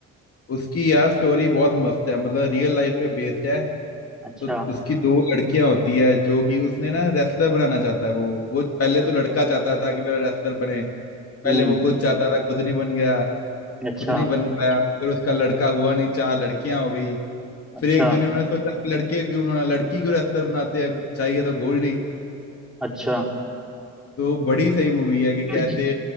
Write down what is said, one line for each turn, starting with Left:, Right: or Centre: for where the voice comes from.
Left: उसकी यार स्टोरी बहुत मस्त है मतलब रियल लाइफ पे बेस्ड है
Centre: अच्छा
Left: तो उसकी दो लड़कियां होती है जो कि उसने ना रेसलर बनाना चाहता है वो वो पहले तो
Centre: अच्छा
Left: लड़का चाहता था कि मेरा रेसलर बने
Centre: हम्म हम्म,
Left: पहले वो खुद चाहता था खुद नहीं बन गया
Centre: अच्छा
Left: खुद नहीं बन पाया फिर उसका लड़का हुआ नहीं चार लड़कियां हो गई
Centre: अच्छा
Left: फिर एक दिन उन्होंने सोचा कि लड़के क्यों उन्होंने लड़की क्यों रेसलर बनाते हैं चाहिए तो गोल्ड ही
Centre: अच्छा
Left: तो बड़ी सही मूवी है कि
Centre: हम्म।
Left: कैसे